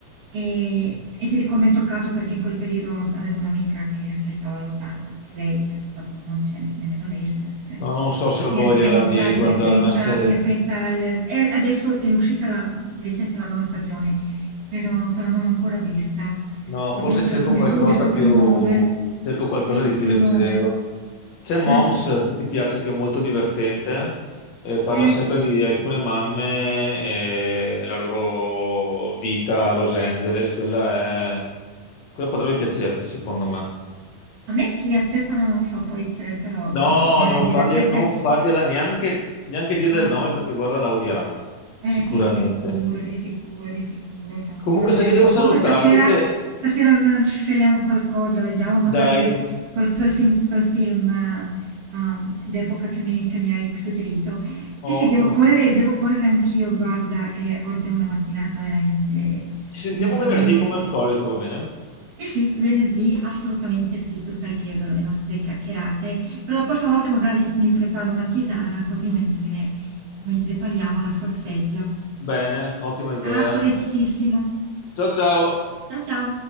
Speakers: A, on the right; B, on the left.
A: e- e ti dico mi è toccato perché in quel periodo avevo un'amica che, che stava lottando, anche lei, che purtroppo non c'è ne- nemmeno lei, se ne- se ne-
B: no, non so se
A: si
B: ho voglia
A: è spenta,
B: di
A: si
B: guardare
A: è spenta,
B: una serie.
A: si è spenta, il- e adesso è uscita la- di recente la nuova stagione, però, però non l'ho ancora vista.
B: No, forse
A: Oddio, però
B: cerco
A: mi
B: qualcosa
A: sfugge proprio
B: più...
A: il nome.
B: cerco qualcosa
A: Mi sfugge proprio
B: di più leggero.
A: il nome.
B: C'è Moms,
A: No,
B: se ti piace, che è molto divertente. eh, parla
A: eh,
B: sempre di alcune mamme e la loro vita a Los Angeles. Quella è... quella potrebbe piacerti, secondo me.
A: a me sì, a Stefano non so, poi c'è però
B: No,
A: eh, il genere
B: non
A: divertente,
B: fargli- non fargliela neanche, neanche dirle
A: no?
B: il nome perché guarda, la odierà,
A: Eh
B: sicuramente.
A: sì, sì, sicuro, di sicuro, di sicuro, insomma,
B: Comunque,
A: conoscendolo.
B: sai che devo salutarti
A: Comunque stasera,
B: che...
A: stasera eh, scegliamo qualcosa, vediamo magari
B: Dai,
A: quel, quel film, quel film, eh, um, d'epoca che mi, che mi hai suggerito. Sì,
B: oh,
A: sì,
B: ottimo.
A: devo correre, devo correre anch'io, guarda, e oggi è una mattinata veramente
B: Ci sentiamo
A: molto,
B: venerdì
A: molto...
B: come al solito, va bene?
A: Sì, sì, venerdì assolutamente sì, tu sai che io adoro le nostre chiacchierate, però la prossima volta magari mi preparo una tisana così mentre, mentre parliamo la sorseggio.
B: Bene, ottima idea.
A: A prestissimo.
B: Ciao ciao.
A: Ciao ciao.